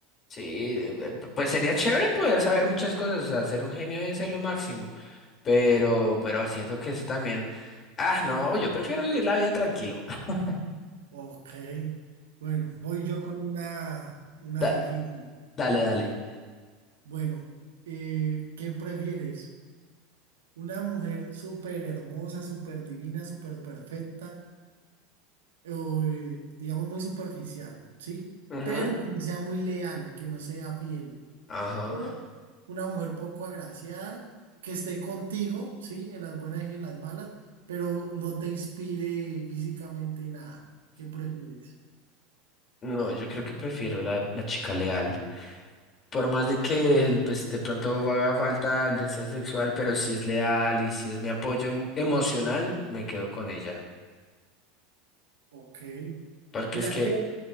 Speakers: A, on the left; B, on the right.
A: Sí, eh, eh, pues sería chévere poder saber muchas cosas, o sea, ser un genio debe ser lo máximo. Pero, pero siento que eso también. Ah, no, yo prefiero vivir la vida tranquilo. <laughs>
B: Ok, bueno, voy yo con una, una
A: Da-
B: difícil.
A: dale, dale.
B: Bueno, eh, ¿qué prefieres? ¿Una mujer súper hermosa, súper divina, súper perfecta, o eh, digamos muy superficial, ¿sí?
A: Ujú.
B: Pero que no sea muy leal, que no sea fiel.
A: Ajá.
B: o una mujer poco agraciada que esté contigo, sí, en las buenas y en las malas, pero no te inspire físicamente nada. ¿Qué prefieres?
A: No, yo creo que prefiero la, la chica leal. Por más de que el- pues, de pronto haga falta el deseo sexual, pero si es leal y si es mi apoyo em- emocional, me quedo con ella.
B: Ok.
A: Porque
B: Mira
A: es que,
B: que